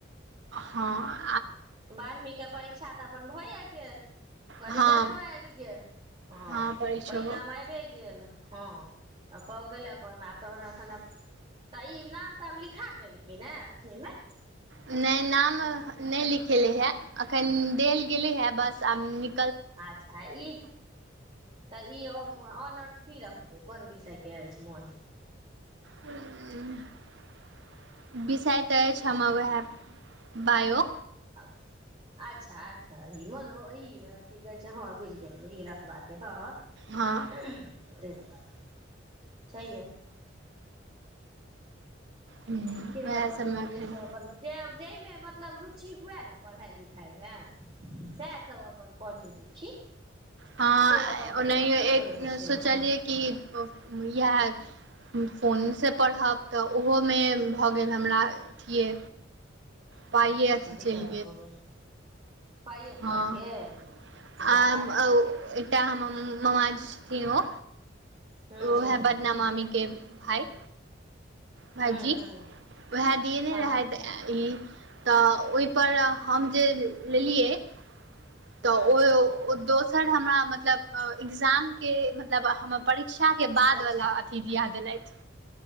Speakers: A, on the right (about 65°); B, on the right (about 30°).
A: हाँ
B: बारहवींके परीक्षा तऽ अपन भए गेल ओ
A: हँ
B: रिजल्टो आबि गेल हाँ
A: हँ परीक्षो
B: परिणाम आबिए गेल हाँ पऽ गेलै अपन आब तहन एखन तऽ ई नाम तऽ हम लिखा गेल कि नहि छैमे
A: नहि नाम नहि लिखेले हे अखन देल गेलै हे बस आब न
B: अच्छा ई तऽ ई ऑनर्स की र कोन विषयके अछि मोन
A: <unintelligible> विषय त अछि हमर उहे बायो
B: आब अच्छा अच्छा ई मनो ई की कहै छै हाँ बुझि गेलियै ई रखबाके हाँ
A: हँ
B: तहि दुआरे छैहे
A: उएह
B: ठीके अपन
A: सबमे एखन
B: जे सब अपन जहिमे मतलब रुचि हुए ने पढ़ाई लिखाइमे सएह सब अपन पढ़ी लिखी
A: हँ
B: से अपन
A: ओनाहियो
B: ठीक
A: एक
B: रहै छै
A: सोचलियै
B: हँ
A: कि इएह फोनसे पढ़ब तऽ ओहोमे भऽ गेल हमरा अथिए पाइए
B: अच्छा
A: अथी चलि
B: दिक्कत भऽ गेल पाइए
A: हँ
B: चल गेल
A: आ
B: जा
A: एकटा हमर मामाजे छथिन ओ
B: हूँ
A: ओहै
B: हूँ
A: बदनामामी के भाई भाईजी
B: हूँ हूँ
A: उएह दिये ने
B: हँ
A: रहैत ई तऽ ओहिपर हम जे लेलियै
B: हूँ
A: तऽ ओ दोसर हमरा मतलब एग्जाम के मतलब हमर परी शिक्षा के बाद
B: परीक्षा
A: वाला अथी दिया देलथि